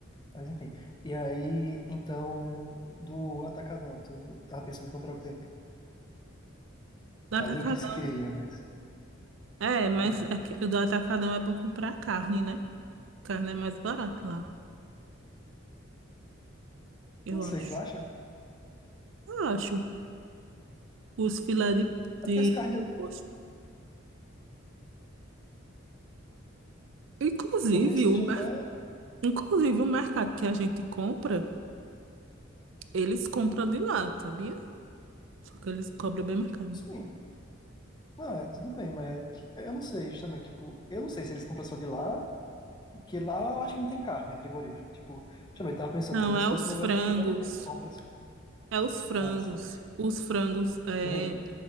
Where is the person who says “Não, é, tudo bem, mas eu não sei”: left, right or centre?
Left